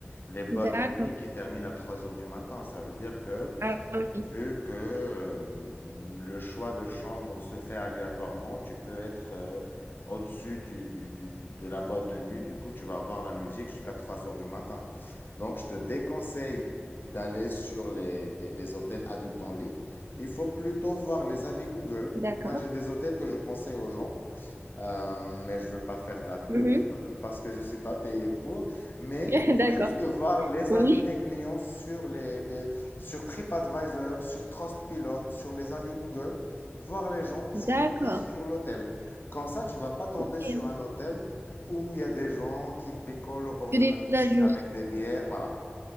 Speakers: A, on the left; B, on the right.
A: Les bas
B: d'accord.
A: de nuit qui terminent à 3 heures du matin. Ça veut dire que
B: Ah oui,
A: Vu que euh, le choix de chambre se fait aléatoirement, tu peux être euh, au-dessus du, du- du- du- de la boîte de nuit. Du coup, tu vas avoir la musique jusqu'à 3 heures du matin. Donc, je te déconseille d'aller sur les, les- les hôtels adultes en lit. Il faut plutôt voir les avis Google.
B: d'accord.
A: Moi, j'ai des hôtels que je conseille aux gens. Euh, mais je veux pas faire de la pub
B: Mhm.
A: <laughs> hein, parce que je suis pas payé pour. Mais
B: <laughs>
A: il faut
B: D'accord.
A: juste de voir les
B: Oui,
A: avis des clients sur les, les- sur TripAdvisor, sur Trustpilot, sur les avis Google, voir les gens ce
B: d'accord.
A: qu'ils disent sur l'hôtel. Comme ça, tu vas pas tomber
B: Ok.
A: sur un hôtel où il y a des gens qui picolent au bord
B: Que
A: de
B: des
A: la piscine
B: adultes.
A: avec des bières, voilà.